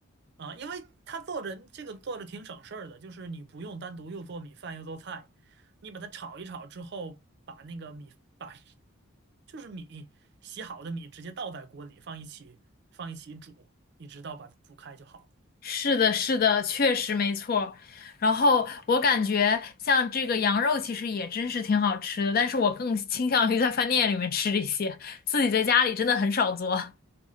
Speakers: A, on the right; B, on the left.
A: 啊，因为他做着这个做着挺省事儿的，就是你不用单独又做米饭又做菜，你把它炒一炒之后，把那个米把就是米洗好的米直接倒在锅里放一起放一起煮，一直到把它煮开就好。
B: 是的，是的，确实没错。然后我感觉像这个羊肉其实也真是挺好吃的，但是我更倾向于在饭店里面吃这些，自己在家里真的很少做。